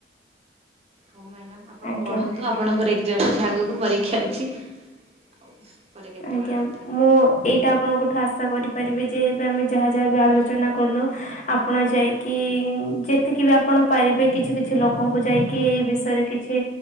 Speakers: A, on the right; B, on the left.
A: ହଉ ମ୍ୟାଡ଼ାମ୍ ଆପଣ
B: ଆଜ୍ଞା
A: ପଢନ୍ତୁ ଆପଣଙ୍କର ଏକ୍ସାମ୍ ଅଛି ଆଗକୁ ପରୀକ୍ଷା ଅଛି। ପରେ କେତେବେଳେ
B: ଆଜ୍ଞା
A: କଥା ହବା।
B: ମୁଁ ଏଇଟା ଆପଣଙ୍କ ଠୁ ଆଶା କରିପାରିବି ଯେ ଏବେ ଆମେ ଯାହା ଯାହା ବି ଆଲୋଚନା କର ଆପଣ ଯାଇକି ଯେତିକି ବି ଆପଣ ପାରିବେ କିଛି କିଛି ଲୋକଙ୍କୁ ଯାଇ କି ଏଇ ବିଷୟରେ କିଛି